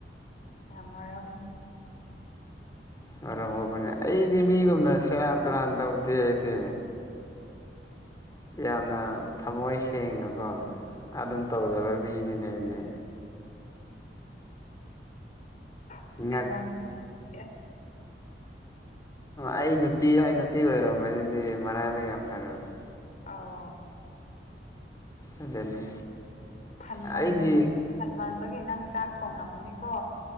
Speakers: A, on the left; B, on the left.
A: ꯌꯥꯝꯔ
B: ꯃꯔꯔꯝ ꯎꯕꯅꯦ ꯑꯩꯗꯤ ꯃꯤꯒꯨꯝꯅ ꯁꯦꯔꯥꯟ ꯇꯨꯔꯥꯟ ꯇꯧꯗꯦ ꯑꯩꯗꯤ ꯌꯥꯝꯅ ꯊꯃꯣꯏ ꯁꯦꯡꯅꯀꯣ ꯑꯗꯨꯝ ꯇꯧꯖꯕ ꯃꯤꯅꯤꯅꯦ ꯑꯩꯗꯤ
A: ꯅꯄꯤꯕꯨꯁ
B: ꯉꯛ ꯑꯩ ꯅꯨꯄꯤ ꯑꯩ ꯅꯨꯄꯤ ꯑꯣꯏꯔꯝꯕꯗꯨꯗꯤ ꯃꯔꯥꯏꯕ ꯌꯥꯝ ꯐꯔꯕꯅꯦ
A: ꯑꯧ
B: ꯑꯗꯨꯅꯤ
A: ꯈꯟꯃꯟꯗꯕꯒꯤ
B: ꯑꯩꯒꯤ
A: ꯈꯟꯃꯟꯕꯒꯤ ꯅꯪ ꯆꯥꯛ ꯊꯣꯡꯉꯝꯃꯅꯤꯀꯣ